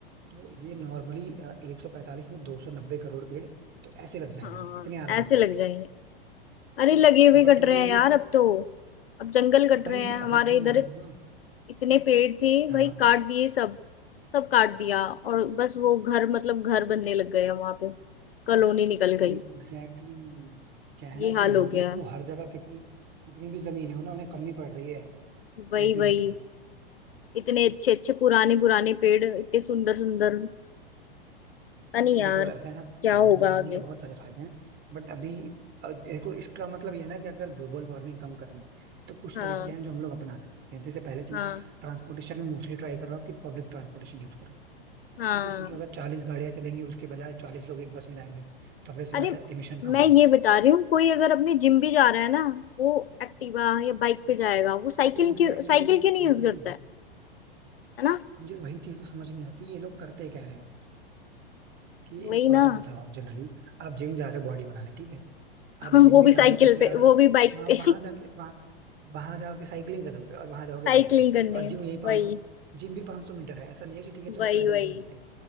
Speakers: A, on the right; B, on the left.
A: तो ये नॉर्मली एक सौ पैंतालीस में दो सौ नब्बे करोड़ पेड़ तो ऐसे लग जाएंगे
B: हाँ
A: इतने आराम
B: ऐसे
A: से
B: लग
A: सोचो
B: जाएंगे अरे लगे हुए
A: बट
B: कट
A: लोग
B: रहे हैं यार
A: ये चीज
B: अब तो अब जंगल कट
A: भाई
B: रहे हैं हमारे
A: अगर तुम्हें
B: इधर
A: याद हो ना
B: इतने पेड़ थे
A: हाँ
B: भाई काट दिए सब सब काट दिया और बस वो घर मतलब घर बनने लग गए वहां पे कॉलोनी निकल गई
A: एग्जैक्टली exactly, क्या है
B: ये
A: ना
B: हाल
A: कि लोगों
B: हो गया है।
A: को हर जगह कितनी कितनी भी जमीन हो ना उन्हें कमी पड़ रही है
B: वही
A: अल्टीमेटली
B: वही इतने अच्छे अच्छे पुराने पुराने पेड़ इतने सुंदर सुंदर पता नहीं
A: नहीं
B: यार
A: देखो ऐसा
B: क्या
A: है ना पेड़
B: होगा
A: लगाने
B: आगे
A: के बहुत सारे फायदे हैं बट अभी अ, देखो इसका मतलब ये है ना कि अगर ग्लोबल वार्मिंग कम करनी है तो कुछ
B: हाँ
A: तरीके हैं जो हम लोग अपना सकते हैं जैसे पहले की
B: हाँ
A: ट्रांसपोर्टेशन में मोस्टली ट्राई कर रहा हूँ कि पब्लिक ट्रांसपोर्टेशन यूज
B: हाँ
A: क्योंकि सोचो अगर चालीस गाड़ियां चलेंगी उसके बजाय चालीस लोग एक बस में जाएंगे तो वैसी
B: अरे
A: बात है एमिशन कम
B: मैं
A: होगा
B: ये बता रही हूँ कोई अगर अपने जिम भी जा रहा है ना वो एक्टिवा या बाइक पे जाएगा वो साइकिल
A: Exactly
B: क्यों साइकिल
A: exactly.
B: क्यों नहीं
A: मुझे
B: यूज करता
A: तो
B: है है ना
A: मुझे वही चीज तो समझ नहीं आती ये लोग करते क्या है कि
B: वही
A: एक बात
B: ना
A: बताओ आप जनरली आप जिम जा रहे हो बॉडी बनाने ठीक है
B: <laughs>
A: आप जिम
B: वो
A: भी
B: भी
A: जा
B: साइकिल
A: रहे हो किससे
B: पे
A: आ रहे
B: वो
A: हो
B: भी बाइक
A: वहां
B: पे
A: वहां
B: <laughs>
A: जाके वहां वहां जाओगे साइकिलिंग करोगे और वहां जाओगे
B: साइकिलिंग
A: बाइक पे
B: करने
A: और जिम यही 500
B: वही
A: सौ जिम भी 500 मीटर है ऐसा नहीं है कि ठीक है चलो
B: वही
A: पैदल
B: वही
A: ही चल लेते हैं